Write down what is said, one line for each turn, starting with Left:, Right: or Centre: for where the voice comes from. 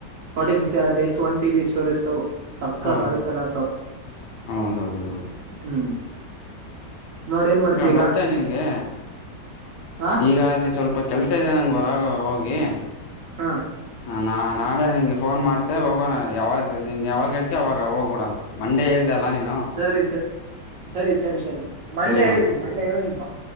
Right: ಫ್ಟಿ ಫ್ಟಿ RD X ಒ ಟಿ ಬಿ ಸ್ಟೋರೇಜ್ ತಗೋ ಸಕ್ಕತ್ಗತ್ತೆ
Left: ಹಾಂ
Right: ಲ್ಯಾಪ್ಟಾಪ್
Left: ಹೌದೌದು ಹೌದು
Right: ಹ್ಮ್ ನೋಡ್ ಏನ್ ಮಾಡ್ತಿ ಈಗ
Left: ಬತ್ತೇ ನಿಂಗೆ
Right: ಹಾ
Left: ಈಗ ಅಲ್ಲಿ ಸ್ವಲ್ಪ ಪ್ಪ ಕೆಲಸ ಇದೆ ನಂಗೆ ಹೊರಗೆ ಹೋಗಿ
Right: ಹಾ
Left: ಹ ನಾ ನಾಳೆ ನಿನಗೆ ಫೋನ್ ಮಾಡ್ತೆ ಹೋಗೋಣ ಯಾವಾಗ ನಿನ್ನ ಯಾವಾಗ ಹೇಳ್ತಿ ಅವಾಗ ಹೋಗ್ಬಿಡಣ ಮಂಡೇ ಹೇಳ್ದಿದೆ ಅಲ್ಲ ನೀನ್
Right: ಸರಿ ಸರ ಸರಿ ಸರಿ ಸರಿ ಮಂಡೇ
Left: ಸರಿ ಮಗ
Right: ಹೇಳಿದ್ದೀನಿ ಮಂಡೆ ಇವನಿಂಗ್ ಬ